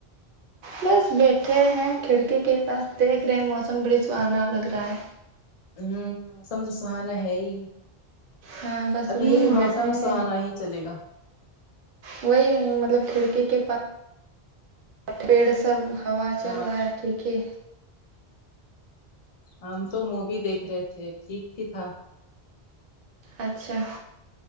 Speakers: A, on the right; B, on the left.
A: بس بیٹھے ہیں کھڑکی کے پاس دیکھ رہے موسم بڑی سہانا لگ رہا ہے
B: ھمم سمجھو سہانا ہے ہی
A: ہاں بس
B: ابھی
A: وہی بیٹھے
B: موسم سہانا
A: ہیں
B: ہی چلے گا
A: وہی ہے مطلب کھڑکی کے پاس پیڑ سب ہوا چل
B: ہاں
A: رہا ہے ٹھیک ہے
B: ہم تو مووی دیکھ رہے تھے ٹھیک ہی تھا
A: اچھا